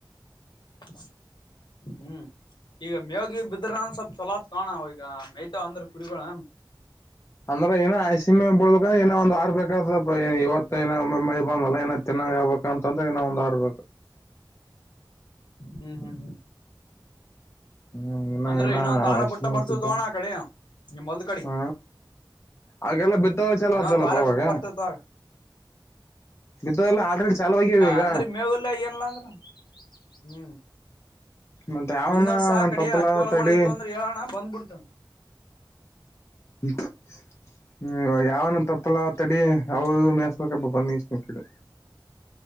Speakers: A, on the left; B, on the left.
A: <inaudible> ಹ್ಮ್ ಈಗ ಮೇವ್ ಗಿವ್ ಬಿದ್ರ ಸ್ವಲ್ಪ ಚಲೊ ಆತದೊಣ್ಣ ಅವ ಈಗ ಮೆಯ್ತಾವ ಅಂದ್ರ ಕುರಿಗೋಳ
B: ಅಂದ್ರೆ ಏನ ಸಿಮೆ ಬಳ ಇನ್ನ ಒಂದ್ ಆರ್ಬೇಕಾದ ಇವತ್ತ ಏ ಮಳಿ ಬಂದಲ್ಲ ಏನ ತಿನ್ನ ಆಗ್ಬೇಕ ಅಂತಂದ್ರೆ ಇನಾ ಒಂದ್ ಆರ್ಬೇಕು
A: ಹ್ಮ್ ಹ್ಮ್ ಹ್ಮ್
B: ಹ್ಮ್ ಇನ್ನ
A: ಅಂದ್ರೆ ಇನ್ನೊಂದ್ ವಾರ
B: ಏನಷ್ಟತಿದ್ದ
A: ಬಿಟ್ಟ ಬರ್ತದ ತೋಣ ಆ ಕಡಿ ನಿಮ್ ಹೊಲ್ದ ಕಡಿ
B: ಹ್ಮ ಹಾಗೆಲ್ಲ ಬಿದ್ದವ ಚಲ
A: ಇನ್ನೊಂದ್
B: ಅತಲ್ಲಪ್ಪ
A: ವಾರ
B: ಅವಾಗ
A: ಬಿಟ್ಟು ಬರ್ತೇತ
B: ಇ ಎಲ್ಲ ಆ್ರಡ್ ಚಾಲುವ್ಯಾವ ಈಗ
A: ಅಂದ್ರೆ ಮೇವಿಲ್ಲ ಏನಿಲ್ಲ ಅಂದ್ರ ಹ್ಮ್
B: ಮತ್ತೆ ಯಾವನ
A: ಮುನ್ನರ್ಸ ಕಡೆ
B: ತಪ್ಪಲ
A: ಹಚ್ಚ ಒಲ
B: ತಡಿ
A: ಒಳ ಇದ್ ಅಂದ್ರೆ ಹೇಳೋಣ ಬಂದ್ಬಿಡ್ತಾನ
B: ಇಕ್ ಹ್ಮ್ ಯಾವನ ತಪ್ಪಲ್ಲ ತಡಿ ಅವ್ ಮೇಸ್ಬೇಕಬ್ಬ ಬನ್ನಿ ಇಷ್ಟ್ಣ ಕಡೆ